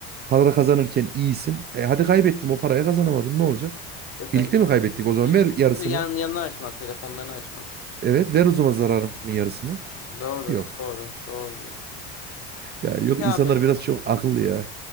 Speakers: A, on the right (about 30°); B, on the left (about 45°).
A: para kazanırken iyisin. E hadi kaybettim o parayı kazanamadım ne olacak?
B: E tabii
A: Birlikte
B: tabii.
A: mi kaybettik? O zaman
B: Kimse
A: ver
B: kimse
A: yarısını.
B: yan, yanına açmaz. Telefonlarını açmaz.
A: Evet ver o zaman zararımın yarısını.
B: Doğru
A: Yok.
B: doğru doğru diyorsun.
A: Ya yok
B: Peki abi.
A: insanlar biraz çok akıllı ya.